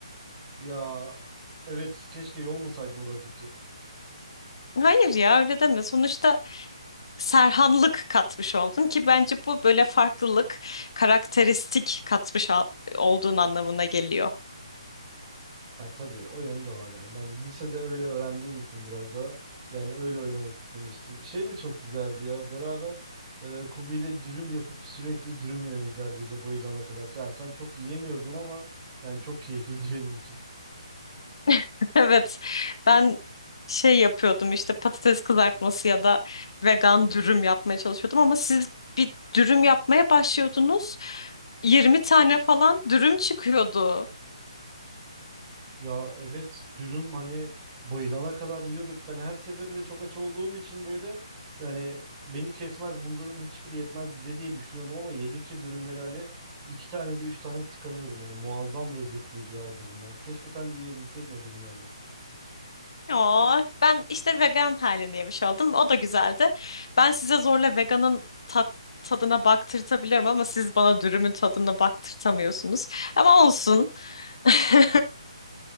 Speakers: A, on the right; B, on the left.
A: Ya evet keşke yolmasaydım o raketi.
B: Hayır ya öyle deme sonuçta Serhanlık katmış oldun ki bence bu böyle farklılık karakteristik katmış al- olduğun anlamına geliyor.
A: Ya tabii o yanı da var yani. Ben lisede öyle öğrendiğim için biraz daha yani öyle oynamak istemiştim. Şey de çok güzeldi ya. Beraber e, Kubi ile dürüm yapıp sürekli dürüm yememiz her gece bayılana kadar. Sen, sen çok yiyemiyordun ama yani çok keyifliydi <laughs> benim için.
B: <laughs> Evet, ben şey yapıyordum işte patates kızartması ya da vegan dürüm yapmaya çalışıyordum ama siz bir dürüm yapmaya başlıyordunuz. yirmi tane falan dürüm çıkıyordu.
A: Ya evet dürüm hani bayılana kadar yiyorduk. Ben her seferinde çok aç olduğum için böyle yani beni kesmez bunların hiçbiri yetmez bize diye düşünüyordum ama yedikçe dürümleri hani iki tane de üç tane tıkanıyordum. Yani muazzam lezzetliydi ya o dürümler. Keşke sen de yiyebilseydin o dürümlerden.
B: Oo, ben işte vegan halini yemiş oldum. O da güzeldi. Ben size zorla veganın tat, tadına baktırtabilirim ama siz bana dürümün tadına baktırtamıyorsunuz. Ama olsun. <laughs>